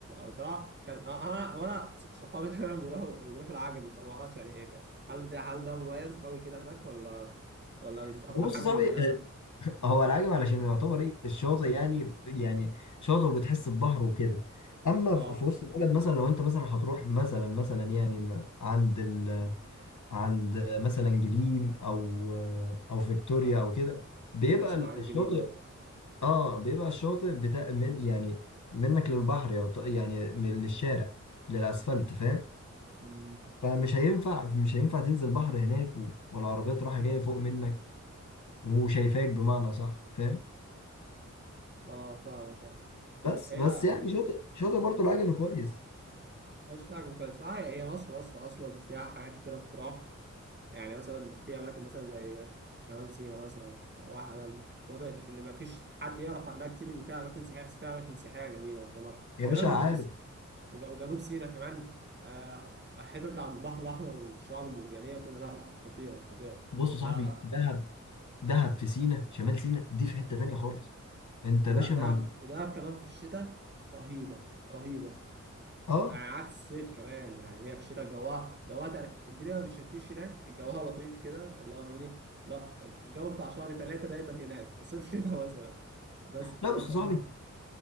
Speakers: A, on the right (about 35°); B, on the left (about 70°).
A: بصراحه كان آه، انا وانا صحابي <laughs> دايما بيروحوا بيروحوا العجمي فانا ما اعرفش يعني ايه كان هل ده هل ده مميز قوي كده هناك ولا ولا
B: <laughs>
A: مش اكتر
B: بص
A: حاجه
B: يا صاحبي
A: مميزه
B: آه، <laughs> هو العجب علشان يعتبر ايه الشاطئ يعني يعني شاطئ وبتحس ببحر وكده اما
A: اه
B: في في وسط البلد مثلا لو انت مثلا هتروح مثلا مثلا يعني عند ال عند مثلا جليم او او فيكتوريا
A: اه
B: او كده بيبقى
A: انا اسمع
B: الشاطئ
A: عن جليم برضه
B: اه بيبقى الشاطئ بتاع من يعني منك للبحر يعط- يعني من- للشارع للاسفلت فاهم
A: مم.
B: فمش هينفع مش هينفع تنزل بحر هناك و- والعربيات رايحه جايه فوق منك وشايفاك بمعنى صح فاهم
A: اه فاهمك اه
B: بس
A: هي
B: بس يعني شاطئ شاطئ برضه العجمي كويس
A: مش تعجب كويس اه هي مصر مصر اصلا فيها حاجات كتيره تتراح يعني مثلا في اماكن مثلا زي شمال سيناء مثلا واحدة من المناطق اللي ما فيش حد يعرف عنها كتير ان فيها اماكن سياحيه بس فيها اماكن سياحيه جميله والله شمال
B: يا باشا
A: وجنوب
B: عارف
A: وج- وجنوب سيناء كمان آه، الحتة بتاع البحر الأحمر والشعاب المرجانية وكده لا لا خطيرة خطيرة
B: بص يا
A: لا
B: صاحبي
A: آه،
B: دهب دهب في سينا شمال سينا دي في حته تانيه خالص انت
A: وده
B: يا باشا
A: دهب
B: ما
A: ودهب كمان في الشتاء رهيبة رهيبة
B: اه
A: يعني عكس الصيف كمان يعني هي في الشتاء جواها جواها تل- الدنيا ما بتشتيش هناك جواها لطيف كده اللي هو فاهمني لا الجو بتاع شهر ثلاثة دايما هناك صيف شتاء مثلا بس فهي
B: لا بص
A: صراحة
B: يا صاحبي